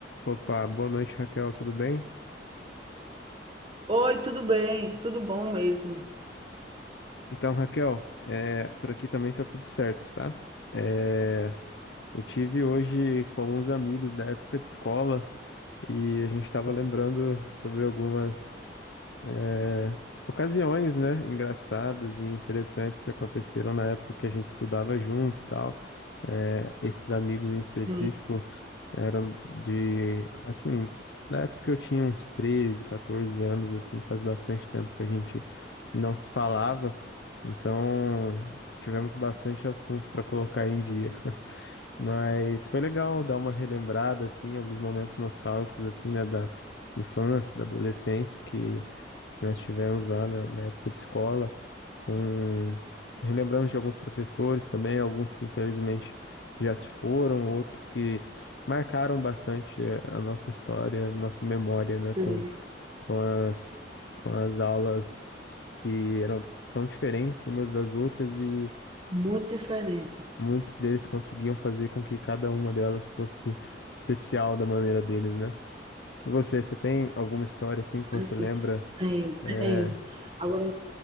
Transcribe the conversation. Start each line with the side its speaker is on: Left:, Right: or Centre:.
Left: Opa, boa noite, Raquel, tudo bem?
Right: Oi, tudo bem? Tudo bom mesmo.
Left: Então, Raquel, é, por aqui também tá tudo certo, tá? É, eu tive hoje com alguns amigos da época de escola e a gente estava lembrando sobre algumas é, ocasiões, né, engraçadas e interessantes que aconteceram na época que a gente estudava junto e tal. É, esses amigos em específico
Right: Sim,
Left: eram de, assim, na época que eu tinha uns 13 14 anos, assim, faz bastante tempo que a gente não se falava, então tivemos bastante assunto para colocar em dia. <laughs> Mas foi legal dar uma relembrada, assim, alguns momentos nostálgicos, assim, né, da infância, da adolescência, que que nós tivemos lá na, na época de escola, com relembramos de alguns professores também, alguns que infelizmente já se foram, outros que marcaram bastante eh, a nossa história, nossa memória,
Right: sim.
Left: né, com, com as, com as aulas que eram tão diferentes umas das outras e
Right: Muito diferente,
Left: muitos deles conseguiam fazer com que cada uma delas fosse especial da maneira deles, né? E você, você tem alguma história assim que você
Right: assim.
Left: lembra?
Right: Tenho,
Left: É...
Right: tenho. Agora,